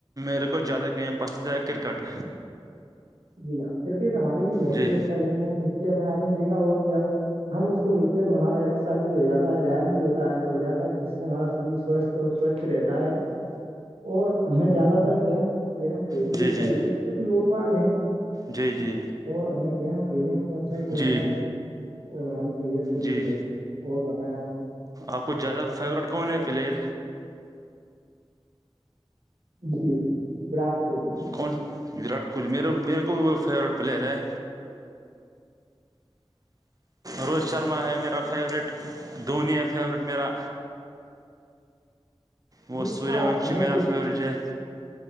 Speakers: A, on the right (about 40°); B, on the right (about 80°).
A: میرے کو زیاد گم پسند ہے کررکٹ
B: جی ہاں کرکٹ ہمارے لیے بہت
A: جی
B: ہی اچھا گیم ہے جس سے ہم آپ نے دیکھا ہوگا کہ اب ہم اس کو ملتے تو ہمارا ایکسرسائز بھی ہو جاتا ہے ویام بھی ہوتا ہو جاتا ہے جس سے ہمارا شریر سوستھ تو سوچھ رہتا ہے اور ہمیں زیادہ تر گیم گیم کھیلنے
A: جی
B: ہی
A: جی
B: چاہیے کچھ لوگ آ
A: جی جی
B: اور ہمیں گیم کھیلے میں تو اچھا ہی
A: جی
B: رہے گا ہے اور ہماری طبیعت بھی اچھی
A: جی
B: رہے گی اور بتائیں آپ
A: آپ کو زیادہ فیوریٹ کون ہے پلیئر
B: جی وراٹ کوہلی
A: کون وراٹ کوہلی میرے میرے کو فیوریٹ پلیئر ہے روہت
B: جی
A: شرما ہے میرا فیورٹ دھونی ہے فیورٹ میرا وہ
B: جی
A: سوریہ
B: آ-
A: ون
B: ہر
A: میرا
B: کسی
A: فیورٹ جائے